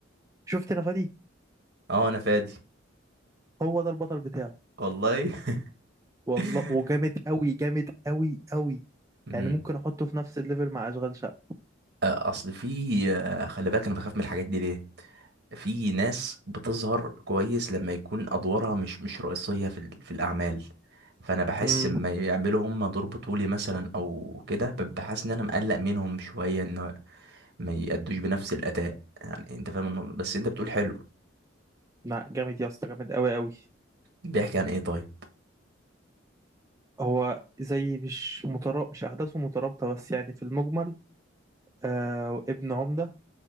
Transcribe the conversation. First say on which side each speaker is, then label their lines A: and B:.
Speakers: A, on the right; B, on the right.
A: شفت نفادي
B: اه انا فادي
A: هو ده البطل بتاعه
B: والله
A: والله
B: <laughs>
A: وجامد قوي جامد قوي قوي
B: مم.
A: يعني ممكن احطه في نفس الليفل مع اشغال شقه
B: آه، اصل في آه، خلي بالك انا بخاف من الحاجات دي ليه في ناس بتظهر كويس لما يكون ادوارها مش مش رئيسيه في ال- في الاعمال فانا بحس
A: امم
B: لما يعملوا هم دور بطولي مثلا او كده ب- بحس ان انا مقلق منهم شويه ان ما يأدوش بنفس الاداء يعني انت فاهم النقطة. بس انت بتقول حلو
A: لا جامد يا اسطى جامد قوي قوي
B: بيحكي عن ايه طيب
A: هو زي مش مترابط مش احداثه مترابطه بس يعني في المجمل آه ابن عمده